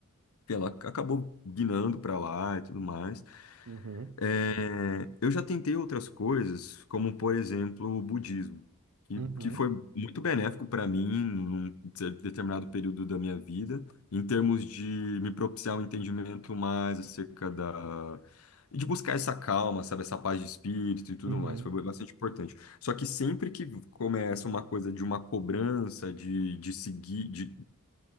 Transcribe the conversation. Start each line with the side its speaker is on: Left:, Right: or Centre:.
Left: ela acabou guinando para lá e tudo mais.
Right: uhum,
Left: É, eu já tentei outras coisas, como por exemplo o budismo, que,
Right: uhum,
Left: que foi muito benéfico para mim num de- determinado período da minha vida, em termos de me propiciar um entendimento mais acerca da. e de buscar essa calma, sabe, essa paz de espírito e tudo
Right: uhum,
Left: mais, foi bastante importante. Só que sempre que começa uma coisa de uma cobrança, de, de seguir, de